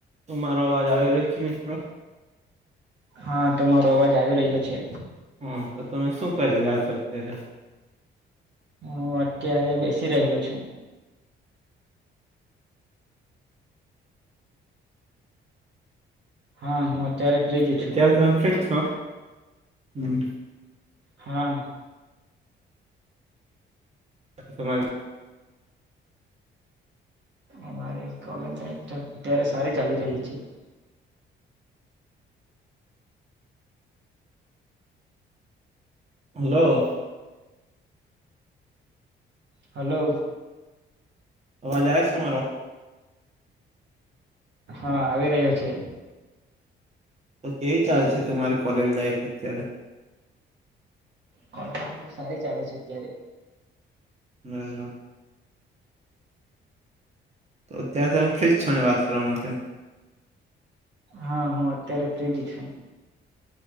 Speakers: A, on the right; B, on the right.
A: શું મારો અવાજ આવી રહ્યો છે, મિત્ર.
B: હા તમારો અવાજ આવી રહ્યો છે.
A: હા તો તમે શું કરી રહ્યા છો અત્યારે?
B: હૂં અ અત્યારે બેેશી રહ્યો છું. હા હું અત્યારે ફ્રી જ
A: તો
B: છું
A: અત્યાર તમે ફીટ છો હમ
B: હા
A: તમા, <unintelligible>
B: અમારી કોલેજમાં તો અત્યારે સારી ચાલી રહી છે.
A: હલો
B: હલો
A: અવાજ આવે છે મારો
B: હા આવી રહ્યો છે.
A: તો કેવી ચાલે છે તમારી કોલેજ લાઈફ અત્યારે
B: કોલેજ તો સારી ચાલે છે અત્યારે
A: મેરા તો અત્યારે તમે ફ્રીજ છો ને વાત કરવા માટે
B: હા હું અત્યારે ફ્રીજ છું.